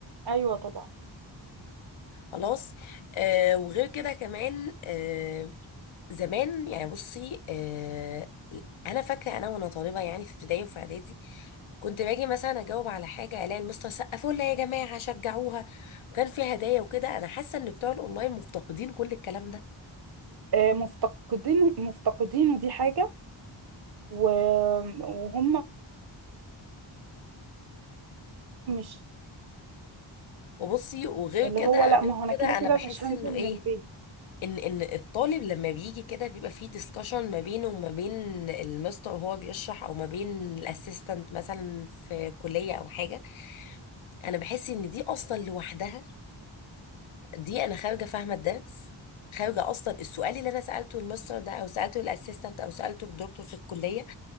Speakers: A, on the right; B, on the left.
A: ايوه طبعا
B: خلاص آه وغير كده كمان آه، زمان يعني بصي آه انا فاكره انا وانا طالبه يعني في ابتدائي وفي اعدادي كنت باجي مثلا اجاوب على حاجه الاقي المستر سقفوا لها يا جماعه شجعوها وكان في هدايا وكده انا حاسه ان بتوع الاونلاين مفتقدين كل الكلام ده
A: آه، مفتقدين مفتقدينه دي حاجه و... وهم مش
B: وبصي وغير
A: اللي
B: كده
A: هو لا
B: غير
A: ما هو انا
B: كده
A: كده
B: انا
A: كده
B: بحس
A: مش هنزل
B: انه
A: من
B: ايه
A: البيت
B: ان ان الطالب لما بيجي كده بيبقى فيه ديسكشن ما بينه وما بين المستر وهو بيشرح او ما بين الاسيستنت مثلا في كليه او حاجه انا بحس ان دي اصلا لوحدها دي انا خارجه فاهمه الدرس خارجه اصلا السؤال اللي انا سالته المستر ده او سالته الاسيستنت او سالته الدكتور في الكليه